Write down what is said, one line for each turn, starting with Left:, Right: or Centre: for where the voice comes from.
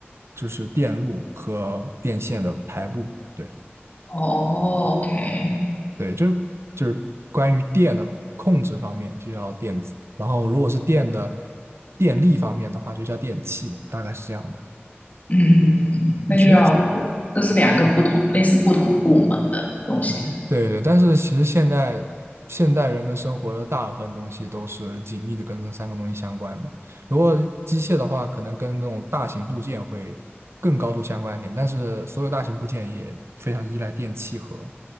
Right: 就是电路和电线的排布，对
Left: 哦，OK，
Right: 对，就是就是关于电的控制方面就叫电子，然后如果是电的电力方面的话，就叫电器，大概是这样的。
Left: 嗯，那就要
Right: 其实。
Left: 这是两个不同，类似不同部门的东西。
Right: 对对，但是其实现代现代人们生活的大部分东西都是紧密的跟这三个东西相关吧。如果机械的话，可能跟那种大型部件会更高度相关一点，但是所有大型部件也非常依赖电器和